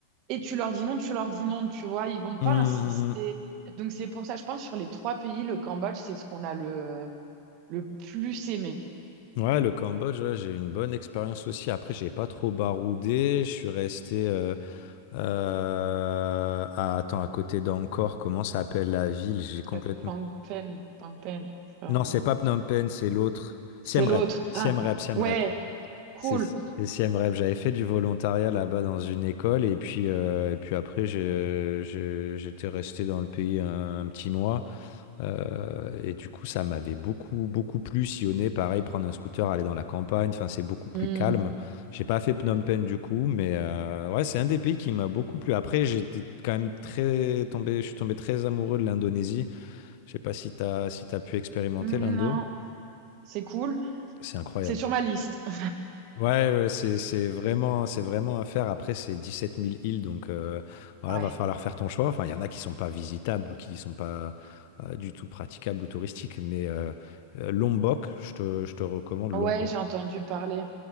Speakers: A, on the right; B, on the left.
A: Et tu leur dis non, tu leur dis non, tu vois. Ils vont
B: Hmm,
A: pas insister.
B: hmm, hmm.
A: Donc, c'est pour ça, je pense, sur les trois pays, le Cambodge, c'est ce qu'on a le, le plus aimé.
B: Ouais, le Cambodge, ouais, j'ai eu une bonne expérience aussi. Après, j'ai pas trop baroudé. Je suis resté euh, euh, à, attends, à côté d'Angkor. Comment ça s'appelle la ville? J'ai complètement.
A: Le Phnom Penh, so-
B: Non, c'est pas Phnom Penh, c'est l'autre.
A: C'est
B: Siem
A: l'autre.
B: Reap. Siem
A: Ah,
B: Reap, Siem
A: ouais,
B: Reap.
A: cool.
B: C'est c'est Siem Reap. J'avais fait du volontariat là-bas dans une école et puis euh, et puis après, j'ai- j'ai- j'étais resté dans le pays un, un petit mois. Euh, et du coup, ça m'avait beaucoup, beaucoup plu. Sillonner, pareil, prendre un scooter, aller dans la campagne. Enfin, c'est beaucoup plus
A: Hmm,
B: calme. J'ai pas fait Phnom Penh du coup, mais euh, ouais, c'est un des pays qui m'a beaucoup plu. Après, j'étais quand même très tombé, je suis tombé très amoureux de l'Indonésie. Je sais pas si t'as, si t'as pu expérimenter
A: hmm,
B: l'Indo.
A: Non, c'est cool.
B: C'est incroyable.
A: C'est sur ma liste. <laughs>
B: Ouais, ouais, c'est c'est vraiment c'est vraiment à faire. Après, c'est dix-sept mille îles, donc euh, voilà,
A: Ouais,
B: va falloir faire ton choix. Enfin, il y en a qui sont pas visitables ou qui sont pas euh, du tout praticables ou touristiques, mais euh, euh, Lombok, je te, je te recommande Lombok.
A: ouais, j'ai entendu parler.